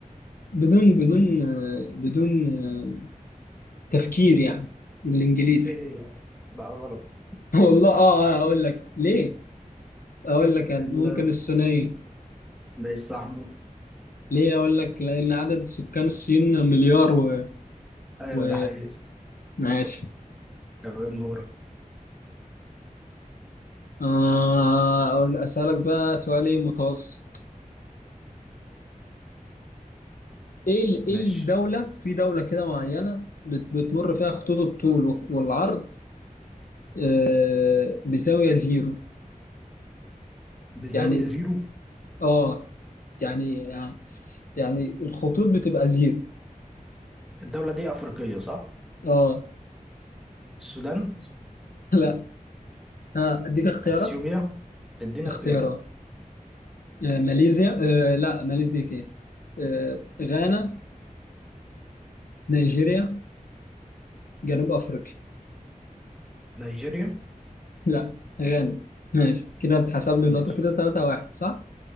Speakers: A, on the left; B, in the centre.
A: بدون بدون آه، بدون آه، تفكير يعني بالانجليزي
B: ايه هي؟ لا غلط
A: <laughs> والله اه آه، هقول لك ليه اقول لك أنا.
B: ال
A: ممكن الصينية
B: ماشي صح
A: ليه اقول لك لان عدد سكان الصين مليار و,
B: ايوه
A: و...
B: ده حقيقي
A: ماشي
B: تمام دورك
A: آه أقول- اسالك بقى سؤال ايه متوسط ايه ال-
B: ماشي
A: ايه الدولة في دولة كده معينة بت- بتمر فيها خطوط الطول وخ- والعرض آه، بزاوية زيرو
B: بزاوية
A: يعني
B: زيرو
A: اه يعني يعني الخطوط بتبقى زيرو
B: الدولة دي أفريقية صح؟
A: اه
B: السودان
A: لا ها اديك اختيارات
B: أثيوبيا تدينا
A: اختيارات
B: اختيارات
A: آه، ماليزيا آه لا ماليزيا ايه آه غانا نيجيريا جنوب افريقيا
B: نيجيريا
A: لا غانا ماشي كده اتحسب لي
B: ماشي
A: نقطة كده 3 واحد صح؟